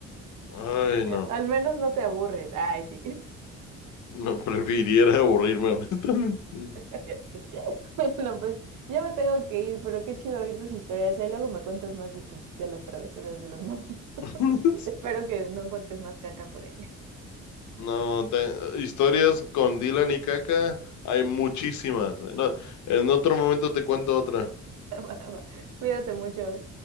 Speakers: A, on the left; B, on the right.
A: ay, no.
B: al menos no te aburres, ay, sí.
A: No, <laughs> prefiriera aburrirme, honestamente.
B: <laughs> Ya sé. Bueno, pues ya me tengo que ir, pero qué chido oír tus historias. Ahí luego me cuentas más de tus, de las travesuras de los monitos.
A: <laughs>
B: <laughs> Espero que no encuentres más caca por ahí.
A: No, te- historias con Dylan y Caca hay muchísimas. No, en otro momento te cuento otra.
B: <laughs> Va, va. Cuídate mucho.